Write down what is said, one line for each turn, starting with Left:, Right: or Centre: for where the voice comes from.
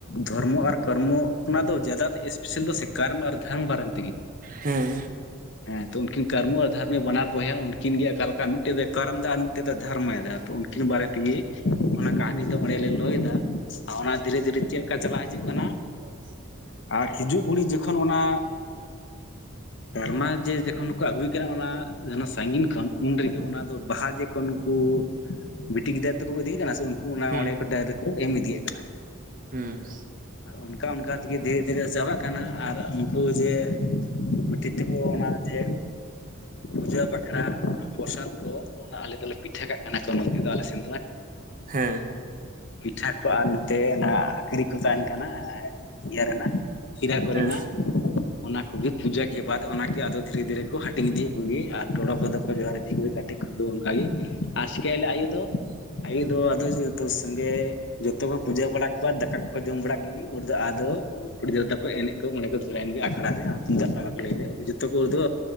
Left: ᱫᱷᱚᱨᱢᱚ ᱟᱨ ᱠᱚᱨᱢᱚ ᱚᱱᱟ ᱫᱚ ᱡᱟᱫᱟ ᱮᱥᱯᱮᱥᱟᱞ ᱥᱮᱠᱟᱨᱢ ᱟᱨ ᱫᱷᱟᱱ ᱵᱟᱨᱟᱝ
Right: ᱦᱮᱸ
Left: ᱦᱮᱸ ᱛᱚ ᱩᱱᱠᱤᱱ ᱠᱟᱨᱢᱩ ᱟᱨ ᱫᱷᱚᱨᱢᱮ ᱵᱟᱱᱟᱨ ᱵᱚᱭᱦᱟ ᱩᱱᱠᱤᱱ ᱜᱮ ᱚᱠᱟ ᱞᱮᱠᱟ ᱢᱤᱫᱴᱮᱱ ᱫᱚᱭ ᱠᱚᱨᱢ ᱮᱫᱟ ᱟᱨ ᱢᱤᱫᱴᱮᱡ ᱫᱚᱭ ᱫᱷᱚᱨᱢᱚᱭ ᱮᱟ ᱩᱱᱠᱤᱱ ᱵᱟᱨᱮ ᱛᱮᱜᱮ ᱚᱱᱟ ᱠᱟᱹᱦᱱᱤ ᱫᱚ ᱢᱚᱬᱮ ᱞᱮ ᱞᱟᱹᱭ ᱮᱫᱟ ᱚᱱᱟ ᱫᱷᱤᱨᱮ ᱫᱷᱤᱨᱮ ᱪᱮᱫ ᱞᱮᱠᱟ ᱞᱮᱠᱟ ᱪᱟᱞᱟᱜ ᱦᱤᱡᱩᱜ ᱠᱟᱱᱟ
Right: <inaudible>
Left: ᱟᱨ ᱦᱤᱡᱩᱜ ᱠᱷᱚᱲᱤᱡ ᱡᱚᱠᱷᱚᱱ ᱚᱱᱟ ᱥᱮᱨᱢᱟ ᱡᱮ ᱡᱚᱠᱷᱚᱱ ᱠᱚ ᱟᱹᱜᱩᱭ ᱠᱟᱱᱟ ᱚᱱᱟ ᱥᱺᱜᱤᱧ ᱠᱷᱚᱱ ᱩᱱᱨᱮᱜᱮ ᱚᱱᱟ ᱫᱚ ᱵᱟᱦᱟ ᱡᱮᱠᱷᱚᱱ ᱠᱩ ᱠᱩ ᱵᱤᱴᱤ ᱜᱤᱫᱟᱹᱨ ᱛᱮᱠᱚ ᱤᱫᱤᱭᱮᱜ ᱠᱟᱱᱟ ᱥᱮ ᱩᱱᱠᱩ ᱚᱱᱟ
Right: ᱦᱩᱸ
Left: ᱚᱸᱰᱮ ᱠᱚ ᱰᱭᱨᱮᱜ ᱠᱩ ᱮᱢ ᱤᱫᱤᱭᱮᱫ ᱠᱟᱱᱟ ᱠᱚ
Right: ᱦᱩᱸ
Left: ᱟᱨ ᱚᱱᱠᱟ ᱚᱱᱠᱟ ᱛᱮᱜᱮ ᱫᱷᱤᱨᱮ ᱫᱷᱤᱨᱮ ᱪᱟᱞᱟᱜ ᱠᱟᱱᱟ ᱟᱨ ᱩᱱᱠᱩ ᱡᱮ ᱵᱤᱴᱤ ᱛᱮᱠᱚ ᱚᱱᱟ ᱡᱮ ᱯᱩᱡᱟᱹ ᱵᱟᱠᱷᱨᱟ ᱯᱨᱚᱥᱟᱫ ᱠᱚ ᱚᱱᱟ ᱟᱞᱮ ᱫᱚᱞᱮ ᱯᱤᱴᱷᱟᱹ ᱠᱟᱜ ᱠᱟᱱᱟ ᱠᱚ ᱱᱚᱛᱮ ᱫᱚ ᱟᱞᱮ ᱥᱮᱱ
Right: ᱦᱮᱸ
Left: ᱯᱤᱴᱷᱟ ᱠᱚ ᱛᱮ ᱚᱱᱟ ᱟᱠᱷᱨᱤ ᱠᱚ ᱛᱟᱦᱮᱱ ᱠᱟᱱᱟ ᱤᱭᱟᱹ ᱨᱮᱱᱟᱜ ᱠᱷᱤᱨᱟ ᱠᱚᱨᱮᱱᱟᱜ
Right: ᱦᱮᱸ
Left: ᱚᱱᱟ ᱠᱚᱜᱮ ᱯᱩᱡᱟᱹ ᱠᱮ ᱵᱟᱫ ᱚᱱᱟᱠᱮ ᱟᱫᱚ ᱫᱷᱤᱨᱮ ᱫᱷᱤᱨᱮ ᱦᱟᱹᱴᱤᱝ ᱤᱫᱤ ᱮᱫ ᱠᱚᱜᱮᱭᱟ ᱟᱫ ᱴᱚᱰᱚ ᱠᱚᱫᱚᱠᱚ ᱡᱚᱦᱟᱨ ᱤᱸᱫᱤᱭᱟ ᱠᱟᱹᱴᱤᱡ ᱠᱚᱫᱚ ᱚᱱᱠᱟᱜ ᱜᱮ <unintelligible> ᱟᱭᱩ ᱫᱚ ᱟᱭᱩ ᱫᱚ ᱟᱫᱚ ᱡᱚᱛᱩ ᱥᱚᱸᱜᱮ ᱡᱚᱛᱚ ᱠᱚ ᱯᱩᱡᱟᱹ ᱵᱟᱲᱟ ᱠᱚᱣᱟ ᱫᱟᱠᱟ ᱠᱚᱠᱚ ᱡᱚᱢ ᱵᱟᱲᱟ ᱜᱮ ᱩᱱ ᱫᱚ ᱟ ᱟᱫᱚ ᱠᱩᱲᱤᱤᱫᱨᱟ ᱠᱚ ᱮᱱᱮᱡ ᱠᱚ ᱚᱸᱰᱮ ᱠᱚ ᱫᱷᱚᱨᱟᱭᱮᱱ ᱜᱮᱭᱟ ᱟᱠᱷᱲᱟ ᱨᱮ ᱛᱩᱢᱫᱟᱜ ᱴᱟᱢᱟᱠ ᱠᱚ ᱞᱟᱹᱭᱭᱟ ᱟᱫᱚ ᱡᱚᱛᱚ ᱠᱚᱫᱚ